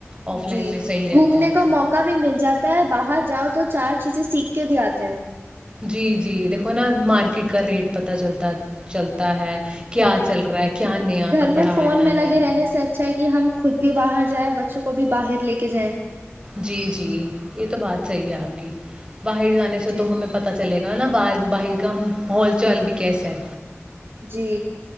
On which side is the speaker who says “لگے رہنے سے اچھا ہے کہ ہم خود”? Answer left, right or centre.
Right